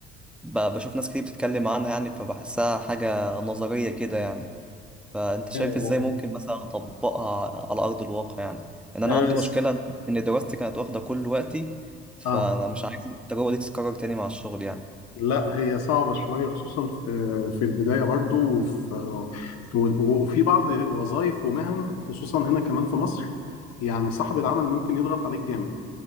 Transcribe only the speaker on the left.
آه،
آه،
اه
لا هي صعبة شوية خصوصا في في البداية برضو وفي وفي بعض وظائف ومهن خصوصا هنا كمان في مصر يعني صاحب العمل ممكن يضغط عليك جامد